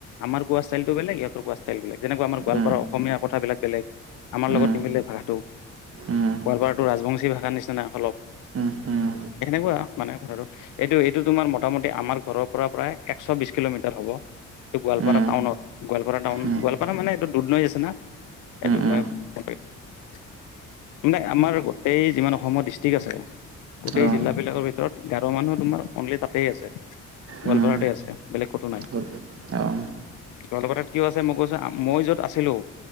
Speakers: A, on the left; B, on the right.
A: আমাৰ কোৱা ষ্টাইলটো বেলেগ, ইহঁতৰ কোৱা ষ্টাইলটো বেলেগ। যেনেকুৱা আমাৰ গোৱালপাৰাৰ
B: উম,
A: অসমীয়া কথাবিলাক বেলেগ। আমাৰ
B: উম, উম,
A: লগত নিমিলে ভাষাটো।
B: উম, উম,
A: গোৱালপাৰাটো ৰাজবংশী ভাষাৰ নিচিনা অলপ।
B: উম, উম,
A: এনেকুৱা মানে কথাটো। এইটো, এইটো তোমাৰ মটামটি আমাৰ ঘৰৰ পৰা প্ৰায় একশ বিশ কিলোমিটাৰ হ'ব। এইটো গোৱালপাৰা
B: উম,
A: টাউনত। গোৱালপাৰা টাউন,
B: উম,
A: গোৱালপাৰা মানে এইটো দুধনৈ আছে না? এ দুধনৈ
B: উম,
A: <unintelligible> মানে আমাৰ এই যিমান অসমত ডিষ্ট্ৰিক আছে। গোটেই
B: অঁ,
A: জিলাবিলাকৰ ভিতৰত গাৰো মানুহ তোমাৰ অনলি তাতেই আছে। গোৱালপাৰাতে
B: উম,
A: আছে বেলেগ কতো নাই।
B: গ'ল। অঁ,
A: গোৱালপাৰাত কিয় আছে মই কৈছো মই য'ত আছিলো